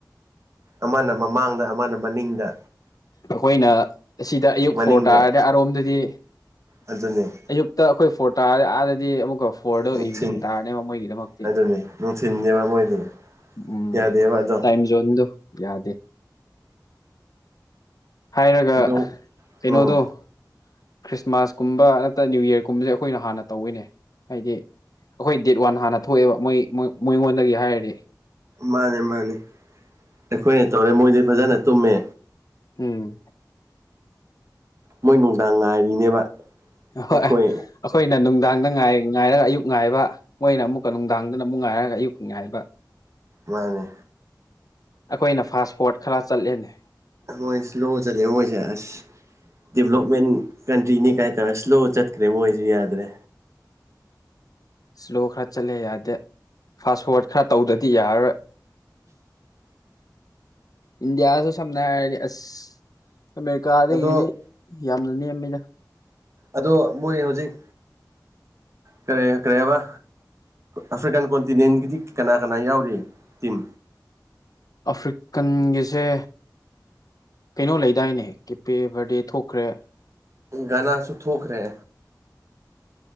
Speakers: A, on the right; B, on the left.
A: ꯑꯃꯅ ꯃꯃꯥꯡꯗ ꯑꯃꯅ ꯃꯅꯤꯡꯗ
B: ꯑꯩꯈꯣꯏꯅ ꯁꯤꯗ ꯑꯌꯨꯛ
A: ꯃꯅꯤꯡꯗ
B: ꯐꯣꯔ ꯇꯥꯔꯗꯤ ꯑꯔꯣꯝꯗꯗꯤ
A: ꯑꯗꯨꯅꯤ
B: ꯑꯌꯨ ꯇ ꯑꯩꯈꯣꯏ ꯐꯣꯇ ꯗꯤ ꯑꯃꯨꯛꯀ ꯐꯣꯔꯗ
A: ꯅꯨꯡꯊꯤꯟ
B: ꯏꯚꯤꯅꯤꯡ ꯇꯥꯔꯅꯦꯕ ꯃꯣꯏꯒꯤꯗꯃꯛꯇꯤ
A: ꯑꯗꯨꯅꯤ ꯅꯨꯡꯊꯤꯟꯅꯦꯕ ꯃꯣꯏꯗꯤ
B: ꯎꯝ
A: ꯌꯥꯗꯦꯕ ꯑꯗꯣ
B: ꯇꯥꯏꯝ ꯖꯣꯟꯗꯣ ꯌꯥꯗꯦ ꯍꯥꯏꯔꯒ
A: ꯑꯗꯣ
B: ꯀꯩꯅꯣꯗꯣ
A: ꯑꯣ
B: ꯈ꯭ꯔꯤꯁꯃꯥꯁ ꯀꯨꯝꯕ ꯅꯠꯇ ꯅꯤꯌꯨ ꯌꯥꯔꯒꯨꯝꯕꯖꯦ ꯑꯩꯈꯣꯏꯅ ꯍꯥꯟꯅ ꯇꯧꯋꯤꯅꯦ ꯍꯥꯏꯗꯤ ꯑꯩꯈꯣꯏ ꯗꯦꯠ ꯋꯥꯟ ꯍꯥꯟꯅ ꯊꯣꯛꯑꯦꯕ ꯃꯣꯏꯣꯏ ꯃꯣꯏꯉꯣꯟꯗꯒꯤ ꯍꯥꯏꯔꯗꯤ
A: ꯃꯥꯅꯦ ꯃꯥꯅꯦ ꯑꯩꯈꯣꯏꯅ ꯇꯧꯔꯦ ꯃꯣꯏꯗꯤ ꯐꯖꯅ ꯇꯨꯝꯃꯦ꯫
B: ꯎꯝ꯫
A: ꯃꯣꯏ ꯅꯨꯡꯗꯥꯡ ꯉꯥꯏꯔꯤꯅꯦꯕ꯫
B: ꯑꯣꯏ
A: ꯑꯩꯈꯣꯏ
B: ꯑꯩꯈꯣꯏꯅ ꯅꯨꯡꯗꯥꯡꯗ ꯉ ꯉꯥꯏꯔꯒ ꯑꯌꯨꯛ ꯉꯥꯏꯕ ꯃꯣꯏꯅ ꯑꯃꯨꯛꯀ ꯅꯨꯡꯗꯥꯡꯗꯅ ꯑꯃꯨꯛ ꯉꯥꯏꯔꯒ ꯑꯌꯨꯛꯀꯤ ꯉꯥꯏꯕ꯫
A: ꯃꯥꯅꯦ꯫
B: ꯑꯩꯈꯣꯏꯅ ꯐꯥꯁ ꯄꯣꯠ ꯈꯔ ꯆꯠꯂꯦꯅꯦ꯫
A: ꯃꯣꯏ ꯏꯁꯂꯣ ꯆꯠꯂꯤꯔꯣ ꯃꯣꯏꯖꯦ ꯑꯁ ꯗꯦꯕꯂꯞꯃꯦꯟ ꯀꯟꯇ꯭ꯔꯤꯅꯤ ꯀꯥꯏꯇꯧꯔ ꯁ꯭ꯂꯣ ꯆꯠꯈ꯭ꯔꯦ ꯃꯣꯏꯁꯨ ꯌꯥꯗ꯭ꯔꯦ꯫
B: ꯏꯁꯂꯣ ꯈꯔ ꯆꯠꯂꯦ ꯌꯥꯗꯦ ꯐꯥꯁꯋꯥꯔꯗ ꯈꯔ ꯇꯧꯗꯗꯤ ꯌꯥꯔꯔꯣꯏ ꯏꯟꯗꯤꯌꯥꯁꯨ ꯁꯝꯅ ꯍꯥꯏꯔꯗꯤ ꯑꯁ ꯑꯃꯦꯔꯤꯀꯥꯗꯒꯤꯗꯤ
A: ꯑꯗꯣ
B: ꯌꯥꯝꯅ ꯅꯦꯝꯃꯤꯗ꯫
A: ꯑꯗꯣ ꯃꯣꯏ ꯍꯧꯖꯤꯛ ꯀꯔꯤ ꯀꯔꯤ ꯍꯥꯏꯕ꯫ ꯑꯐ꯭ꯔꯤꯀꯥꯟ ꯀꯣꯟꯇꯤꯅꯦꯟꯒꯤꯗꯤ ꯀꯅꯥ ꯀꯅꯥ ꯌꯥꯎꯔꯤ ꯇꯤꯝ
B: ꯑꯐ꯭ꯔꯤꯀꯟꯒꯤꯁꯦ ꯀꯩꯅꯣ ꯂꯩꯗꯥꯏꯅꯦ ꯀꯦꯞꯄꯦ ꯕꯥꯔꯗꯦ ꯊꯣꯛꯈ꯭ꯔꯦ
A: ꯒꯅꯥꯁꯨ ꯊꯣꯛꯈ꯭ꯔꯦ꯫